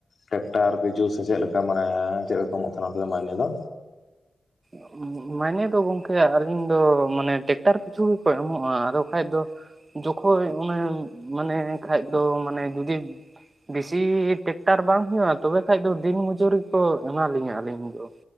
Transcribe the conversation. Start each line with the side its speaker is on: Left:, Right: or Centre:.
Left: ᱴᱮᱠᱴᱟᱨ ᱯᱤᱡᱩ ᱥᱮ ᱪᱮᱜ ᱞᱮᱠᱟ ᱢᱟᱱᱮ ᱪᱮᱜ ᱞᱮᱠᱟ ᱮᱢᱚᱜ ᱠᱟᱱᱟ ᱚᱱᱛᱮ ᱫᱚ ᱢᱟᱭᱱᱮ ᱫᱚ?
Right: <inaudible> ᱢᱟᱭᱱᱮ ᱫᱚ ᱜᱚᱝᱠᱮ ᱟᱞᱤᱧ ᱫᱚ ᱢᱟᱱᱮ ᱴᱮᱠᱴᱟᱨ ᱯᱤᱪᱷᱩ ᱜᱮᱠᱚ ᱮᱢᱚᱜᱼᱟ ᱟᱫᱚ ᱠᱷᱟᱭ ᱫᱚ ᱡᱚᱠᱷᱚᱭ ᱚᱱᱮ ᱢᱟᱱᱮ ᱠᱷᱟᱭᱫᱚ ᱢᱟᱱᱮ ᱡᱩᱫᱤ, ᱵᱮᱥᱤ ᱴᱮᱠᱴᱟᱨ ᱵᱟᱝ ᱦᱩᱭᱩᱜᱼᱟ ᱛᱚᱵᱮ ᱠᱷᱟᱭ ᱫᱚ ᱫᱤᱱ ᱢᱩᱡᱩᱨᱤ ᱠᱚ ᱮᱢᱟᱞᱤᱧᱟ ᱟᱹᱞᱤᱧ ᱫᱚ᱾